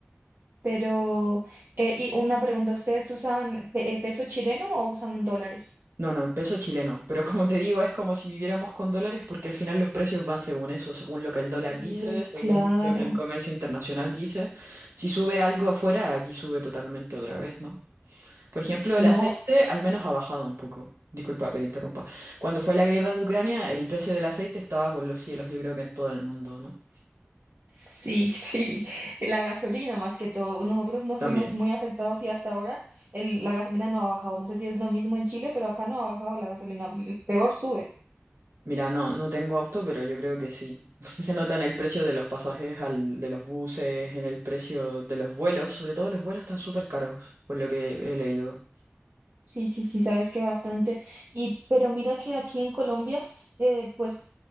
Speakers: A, on the right (about 55°); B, on the right (about 80°).
A: Pero, eh, y una pregunta, ¿ustedes usan pe- eh, peso chileno o usan dólares?
B: No, no, en peso chileno, pero <laughs> como te digo, es como si viviéramos con dólares porque al final los precios van según eso, según lo que el dólar
A: Uh,
B: dice, según
A: claro.
B: lo que el comercio internacional dice. Si sube algo afuera, aquí sube totalmente otra vez, ¿no? Por
A: Uy,
B: ejemplo, el
A: no,
B: aceite al menos ha bajado un poco. Disculpa que te interrumpa. Cuando fue la guerra de Ucrania, el precio del aceite estaba por los cielos, yo creo que en todo el mundo, ¿no?
A: Sí, <laughs> sí, la gasolina más que todo. Nosotros nos
B: También.
A: vimos muy afectados y hasta ahora el- la gasolina no ha bajado. No sé si es lo mismo en Chile, pero acá no ha bajado la gasolina. mm, Peor sube.
B: Mira, no, no tengo auto, pero yo creo que sí. <laughs> Se nota en el precio de los pasajes, al, de los buses, en el precio de los vuelos. Sobre todo los vuelos están súper caros, por lo que
A: Sí,
B: he leído.
A: sí, sí, sí, sabes que bastante. Y, pero mira que aquí en Colombia, eh, pues